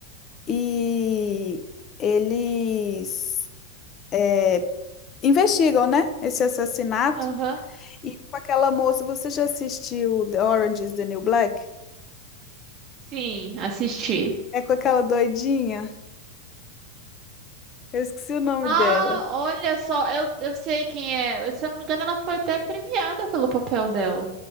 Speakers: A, on the left; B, on the right.
A: e eles é, investigam, né, esse assassinato.
B: aham,
A: E com aquela moça, você já assistiu The Orange is the New Black?
B: sim, assisti.
A: É com aquela doidinha. Eu esqueci o nome
B: Ah,
A: dela.
B: olha só, eu, eu sei quem é. Se eu não me engano, ela foi até premiada pelo papel dela.